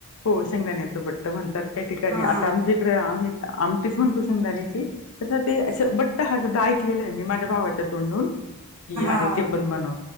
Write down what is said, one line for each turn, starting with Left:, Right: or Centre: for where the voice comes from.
Left: हो शेंगाण्याचं बट्ट म्हणतात काही ठिकाणी
Right: हा हा
Left: आता आमच्या इकडे आम्ही आमटीच म्हणतो शेंगदाण्याची. तस ते अस बट्ट हा सुद्धा ऐकलेला आहे मी माझ्या भावाच्या तोंडून की अरे
Right: हा
Left: ते पण बनव